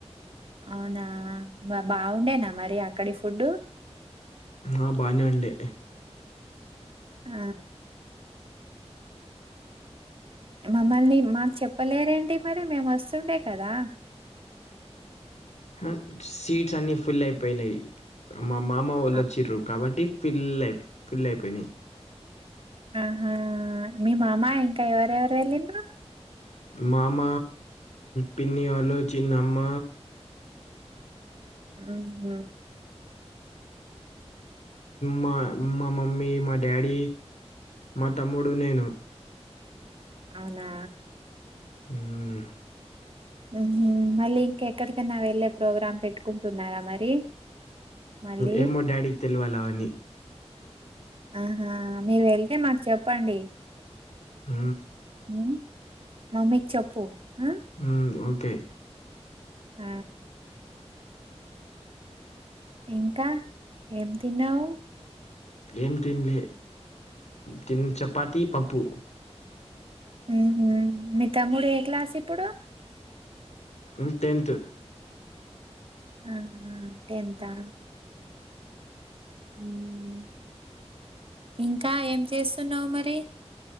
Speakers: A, on the right; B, on the left.
A: అవునా బాగుండేనా మరి అక్కడి ఫుడ్డు
B: ఆ బానే ఉండే
A: ఆ మమ్మల్ని మాకు చెప్పలేరండి. మరి మేము ఒస్తుండే కదా.
B: అ సీట్స్ అన్ని ఫుల్ అయిపోయినాయి. మా మామ వాళ్ళు
A: ఆ
B: వచ్చిర్రు కాబట్టి ఫిల్ అయి ఫుల్ అయిపోయినాయి.
A: ఆహా మీ మామ ఇంకా ఎవరెవరు వెళ్లింన్రు
B: మామ పిన్ని వాళ్ళు చిన్నమ్మ
A: ఉంహు
B: మా మా మమ్మీ మా డాడీ మా తమ్ముడు నేను
A: అవునా
B: ఉం
A: ఉహు మళ్ళీ ఇంక ఎక్కడికైనా వెళ్ళే ప్రోగ్రామ్ పెట్టుకుంటున్నారా మరి. మళ్ళీ?
B: ఏమో డాడీకి తెలివాల అవన్ని
A: ఆహా మీరు వెళ్తే మాకు చెప్పండి.
B: ఉ
A: ఉ మమ్మీ కి చెప్పు ఆ!
B: ఉం ఓకే
A: ఆ ఇంకా ఏం తిన్నావు
B: ఏం తిన్లే తిన్ చపాతి పప్పు
A: ఉహు మీ తమ్ముడు ఏ క్లాస్ ఇప్పుడు
B: ఉ టెన్త్
A: అహ టెంతా ఉమ్ ఇంకా ఏం చేస్తున్నావు మరి